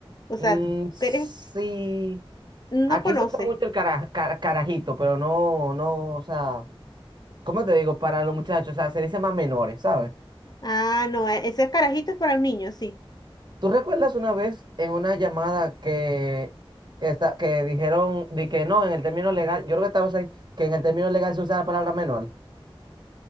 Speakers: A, on the left; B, on the right.
A: O sea,
B: Mm,
A: tú
B: sí,
A: eres, no
B: aquí
A: conoces.
B: se usa mucho el cara- cara- carajito, pero no, no, o sea, ¿cómo te digo? Para los muchachos, o sea, se dice más menores, ¿sabes?
A: Ah, no, e- ese carajito es para un niño, sí.
B: ¿Tú recuerdas una vez en una llamada que, esta, que dijeron di que no, en el término legal, yo creo que estabas ahí, que en el término legal se usa la palabra menor?